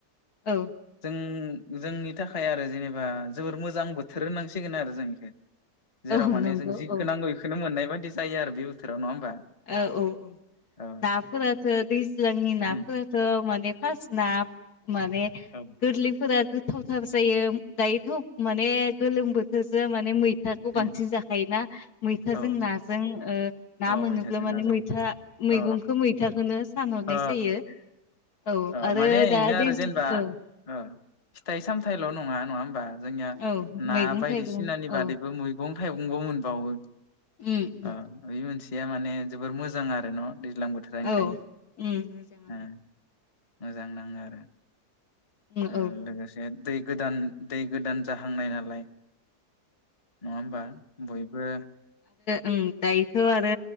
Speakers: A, on the left (about 70°); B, on the left (about 25°).
A: औ
B: जों जोंनि थाखाय आरो जेनेबा जोबोर मोजां बोथोर होननांसिगोन आरो जों इखो। जेराव
A: औ
B: माने
A: नंगौ
B: जों जिखौ
A: औ
B: नांगौ इखो मोननाय बादि जायो आरो बे बोथोराव नङा होमबा?
A: औ औ औ
B: औ
A: नाफोराथ' दैज्लांनि नाफोराथ'
B: उम
A: माने फार्स्ट ना माने
B: औ
A: गोरलिफोरा थावथार जायो दायोथ' माने गोलोम बोथोरजों माने मै थाखौ
B: उम
A: बांसिन जाखायो ना मैथाजों
B: औ
A: नाजों ओ ना
B: औ
A: मोनोब
B: मैथाजों
A: माने
B: नाजों
A: मैथा मैगंखौ
B: अ
A: मैथाखौनो सानहरनाय
B: ओ
A: जायो। औ
B: ओ
A: आरो
B: माने
A: दा
B: इनो आरो जेनेबा
A: औ
B: ओ फिथाइ सामथाइल' नङा नङा होमबा? जोंनिया
A: औ
B: ना
A: मैगं
B: बायदिसिनानि
A: थाइगं
B: बादैबो
A: औ
B: मैगं थाइगंबो मोनबावो
A: उम उम
B: आ बेबो मानस या माने जोबोर मोजां आरो न दैज्लां बोथोरा ओंखायनो
A: औ उम मोजाङानो
B: ओ मोजां नाङो आरो
A: उम
B: आरो
A: औ
B: लोगोसे दै गोदान दै गोदान जाहांनाय नालाय नङा होमबा बयबो
A: उम दायोथ आरो